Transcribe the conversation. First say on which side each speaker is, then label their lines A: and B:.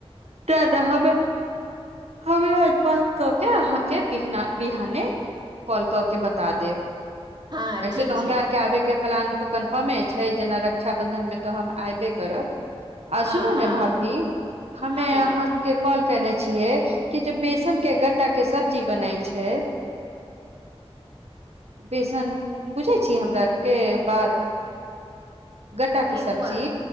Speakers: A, on the right; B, on the right.
A: तें रहबै
B: <inaudible>
A: हमरा बात क के अहांके पिहना बिहाने कॉल कऽ के बता देब
B: हँ
A: ऐसे
B: ठीक
A: तऽ हमरा
B: छै
A: आरके आबे के प्लान तो कन्फर्मे छै जेना रक्षा बंधन मे तो हम आऐबे करब आ
B: हँ
A: सुनू
B: हँ
A: ने भाभी हमे
B: हँ बौआ
A: हाँ के कॉल कैने छियै कि जे बेसन के गट्टा के सब्जी बनई छै
B: <inaudible>
A: बेसन बुझै छीयै हमरा आरके बात गट्टाके सब्जी
B: ए बौआ